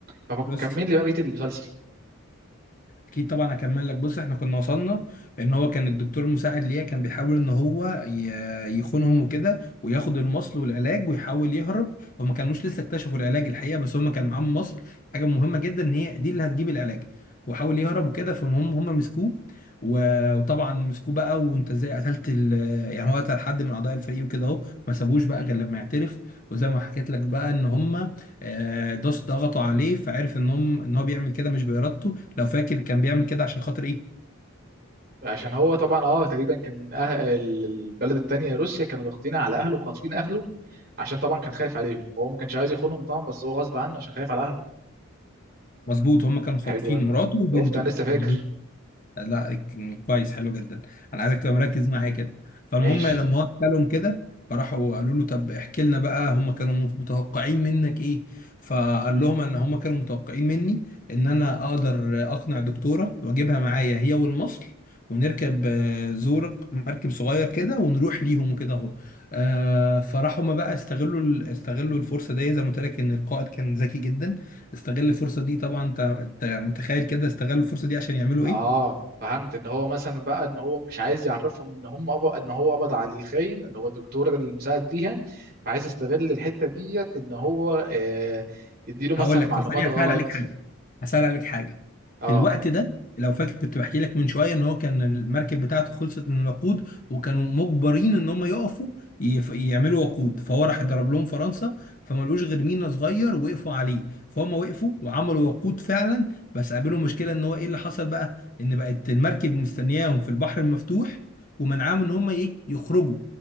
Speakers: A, on the right; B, on the left.
A: فكمل
B: لوسيا
A: لي بقى بقيه المسلسل
B: اكيد طبعا هكمل لك بص احنا كنا وصلنا ان هو كان الدكتور المساعد ليا كان بيحاول ان هو ي- يخونهم وكده وياخد المصل والعلاج ويحاول يهرب هما كانوش لسه اكتشفوا العلاج الحقيقه بس هما كان معاهم مصل حاجه مهمه جدا ان هي دي اللي هتجيب العلاج وحاول يهرب وكده فالمهم هما مسكوه و- وطبعا مسكوه بقى وانت ازاي قتلت ال... يعني هو قتل حد من اعضاء الفريق وكده اهو ما سابوش بقى غير لما يعترف وزي ما حكيت لك بقى ان هما آه، داس ضغطوا عليه فعرف ان هم ان هو بيعمل كده مش بارادته لو فاكر كان بيعمل كده عشان خاطر ايه
A: عشان هو طبعا اه تقريبا كان أه... البلد التانية روسيا كانوا ضاغطين على اهله وخاطفين اهله عشان طبعا كان خايف عليهم فهو ما كانش عايز يخونهم طبعا بس هو غصب عنه عشان خايف على اهله
B: مظبوط هم كانوا
A: حلو
B: خاطفين
A: قوي
B: مراته وبنته
A: شفت انا لسه فاكر
B: مظبوط لا كويس حلو جدا انا عايزك تبقى مركز معايا كده فالمهم
A: ماشي
B: لما هو حكى لهم كده فراحوا قالوا له طب احكي لنا بقى هم كانوا متوقعين منك ايه فقال لهم ان هم كانوا متوقعين مني ان انا اقدر اقنع دكتوره واجيبها معايا هي والمصل ونركب آه، زورق مركب صغير كده ونروح ليهم وكده اهو آه، فراحوا هم بقى استغلوا ال- استغلوا الفرصه دي زي ما قلت لك ان القائد كان ذكي جدا استغل الفرصه دي طبعا انت أنت متخيل كده استغلوا الفرصه دي عشان يعملوا
A: اه
B: ايه
A: فهمت ان هو مثلا بقى ان هو مش عايز يعرفهم ان هم أب... ان هو قبض على الخاين اللي هو الدكتور ده اللي مساعد ليها فعايز يستغل الحتة ديت ان هو آه يديله مثلا
B: هقول لك
A: معلومات
B: طب ثانيه
A: غلط
B: هسال عليك حاجه هسال عليك حاجه
A: اه
B: في الوقت ده لو فاكر كنت بحكي لك من شويه ان هو كان المركب بتاعته خلصت من الوقود وكانوا مجبرين ان هم يقفوا يف... يعملوا وقود فهو راح ضرب لهم فرنسا فما لقوش غير مينا صغير وقفوا عليه فهم وقفوا وعملوا وقود فعلا بس قابلهم مشكله ان هو ايه اللي حصل بقى ان بقت المركب مستنياهم في البحر المفتوح ومنعاهم ان هم ايه يخرجوا